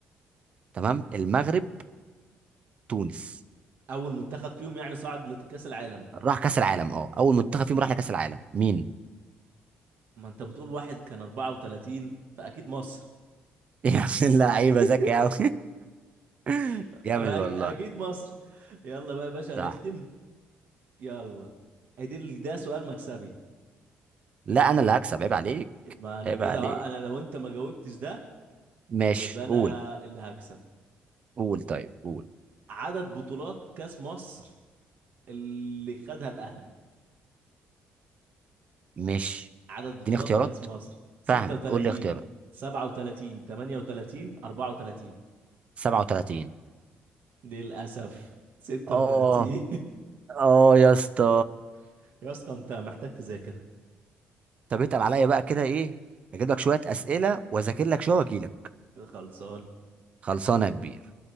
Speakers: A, on the right (about 35°); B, on the right (about 55°).
A: تمام المغرب تونس
B: اول منتخب فيهم يعني صعد لكأس العالم
A: راح كاس العالم اه اول منتخب فيهم راح لكاس العالم مين
B: ما انت بتقول واحد كان 34 فاكيد مصر
A: <laughs> يا ابن اللعيبه
B: <laughs>
A: ذكي قوي <laughs>
B: أ-
A: جامد والله
B: اكيد مصر يلا بقى يا باشا هنختم
A: صح
B: يلا ادي ده سؤال مكسبي
A: لا انا اللي هكسب عيب عليك
B: ما انا
A: عيب
B: كده
A: عليك
B: ها انا لو انت ما جاوبتش ده
A: ماشي
B: يبقى انا
A: قول
B: اللي هكسب
A: قول طيب قول
B: عدد بطولات كأس مصر اللي خدها الاهلي
A: مش
B: عدد بطولات
A: اديني اختيارات
B: كأس مصر 36
A: فاهم قول لي اختيارات
B: 37 38 34
A: 37
B: للأسف 36
A: اه اه يا اسطى
B: <laughs> يا اسطى انت محتاج تذاكر
A: طب اتقل عليا بقى كده ايه اجيب لك شويه اسئله واذاكر لك شويه واجي لك
B: خلصان
A: خلصانه يا كبير